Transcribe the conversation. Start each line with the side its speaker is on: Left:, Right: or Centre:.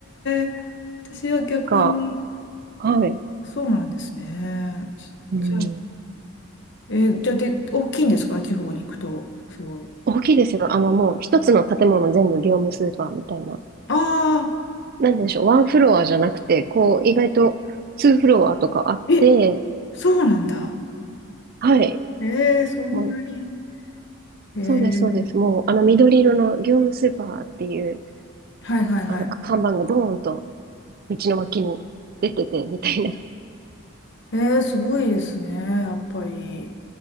Left: え私は逆に、
Right: が、はい。
Left: そうなんですね。ちっちゃい。
Right: うん。
Left: えーじゃあ、で、大きいんですか地方に行くと。すごい。
Right: 大きいですよ。あの、もう一つの建物全部業務スーパーみたいな。
Left: ああ、
Right: なんでしょう。ワンフロアじゃなくて、こう、意外とツーフロアとかあって、
Left: え、そうなんだ。
Right: はい。
Left: ええそんなに。
Right: もう、
Left: ええ
Right: そうです、そうです。もう、あの緑色の業務スーパーっていう、
Left: はいはいはい。
Right: あの看板がドーンと、道の脇に出てて、みたいな。
Left: ええすごいですね。やっぱり。